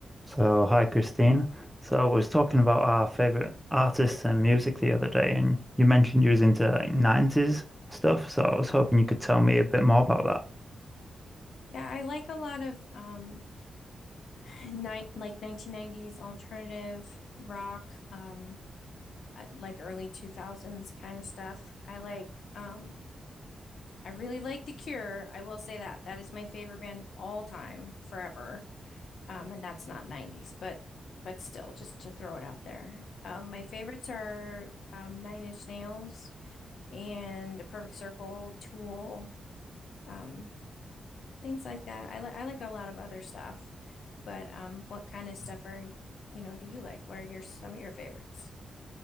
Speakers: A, in the centre; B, on the left.
A: So, hi Christine. So, I was talking about our favorite artists and music the other day, and you mentioned you was into like, 90s stuff. So, I was hoping you could tell me a bit more about that.
B: Yeah, I like a lot of um nine like 1990s alternative rock um uh, like early 2000s kind of stuff. I like um I really like The Cure. I will say that. That is my favorite band of all time forever. Um and that's not 90s, but but still just to throw it out there. Um my favorites are um Nine Inch Nails and The Perfect Circle, Tool, um things like that. I li I like a lot of other stuff. But um, what kind of stuff are, you know, do you like? What are your some of your favorites?